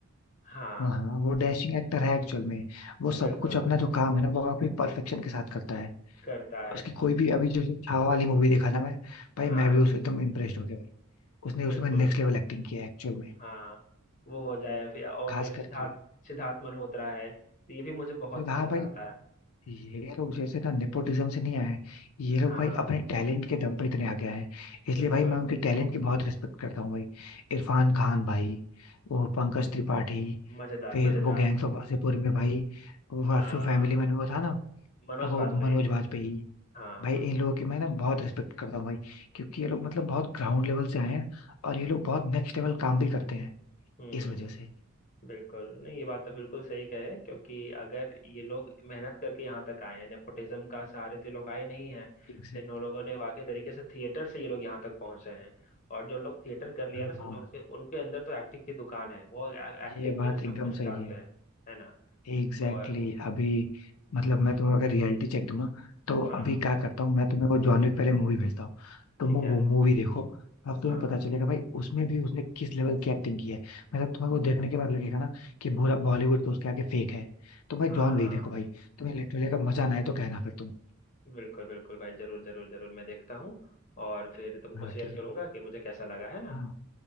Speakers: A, on the left; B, on the left.
A: हाँ
B: हाँ हाँ वो डैशिंग एक्टर है एक्चुअल में वो सब
A: बिल्कुल
B: कुछ अपना जो काम है ना वो काफी परफेक्शन के साथ करता है
A: करता है
B: उसकी कोई भी अभी जो जो छावा वाली मूवी देखा ना मैं भाई
A: हाँ
B: मैं भी उस एकदम इम्प्रेस्ड हो गया भाई उसने उसमें
A: बिल्कुल
B: नेक्स्ट लेवल एक्टिंग किया है एक्चुअल में
A: हाँ वो हो जाए फिर और
B: खास
A: फिर सिद्धार्थ
B: करके
A: सिद्धार्थ मल्होत्रा है तो ये भी मुझे बहुत
B: तो
A: पसंद
B: हाँ भाई
A: आता
B: ये लोग जैसे ना नेपोटिज्म से नहीं आए हैं ये
A: है
B: लोग
A: हाँ
B: भाई अपने टैलेंट के दम पे इतने आगे आए हैं इसलिए
A: बिल्कुल
B: भाई मैं उनके टैलेंट की बहुत रिस्पेक्ट करता हूँ भाई इरफान खान भाई वो पंकज त्रिपाठी
A: मजेदार
B: फिर
A: मजेदार
B: वो गैंग्स ऑफ वासेपुर में भाई वो
A: आ,
B: फैमिली मैन में वो था ना
A: मनोज
B: वो
A: बाजपेयी
B: मनोज वाजपेयी
A: हाँ
B: भाई
A: हाँ
B: इन लोगों की मैं ना बहुत रिस्पेक्ट करता हूँ भाई क्योंकि ये लोग मतलब बहुत ग्राउंड लेवल से आए हैं और ये लोग बहुत नेक्स्ट लेवल काम भी करते हैं
A: हम्म
B: इस वजह से
A: बिल्कुल नहीं ये बात तो बिल्कुल सही कहे क्योंकि अगर ये लोग मेहनत करके यहाँ तक आए हैं नेपोटिज्म का सहारे तो ये लोग आए नहीं हैं
B: Exactly
A: तो इन लोगों
B: exactly.
A: ने वाकई तरीके से थिएटर से ये लोग यहाँ तक पहुंचे हैं और जो लोग थिएटर कर लिया
B: हाँ
A: ना समझो उनके उनके अंदर तो एक्टिंग की दुकान है वो एक्टिंग
B: ये
A: की
B: बात
A: ना सब
B: एकदम
A: कुछ
B: सही
A: जानते
B: है
A: हैं है ना
B: एग्जैक्टली
A: और
B: exactly, अभी मतलब मैं तुम्हें अगर रियलिटी चेक दूं ना तो
A: हाँ
B: अभी क्या करता हूँ मैं तुम्हें वो जॉन विक पहले मूवी भेजता हूँ तुम
A: ठीक है
B: वो मूवी देखो अब तुम्हें
A: हाँ
B: पता चलेगा भाई उसमें भी उसने किस लेवल की एक्टिंग की है मतलब तुम्हें वो देखने के बाद लगेगा ना कि पूरा बॉलीवुड तो उसके आगे फेक है तो भाई
A: हाँ
B: जॉन विक
A: हाँ
B: देखो भाई तुम्हें लिटरली अगर मजा ना आए तो कहना फिर तुम
A: बिल्कुल बिल्कुल भाई जरूर जरूर जरूर मैं देखता हूँ और फिर तुमको
B: हाँ
A: शेयर
B: ठीक है
A: करूंगा कि मुझे कैसा लगा है ना
B: हाँ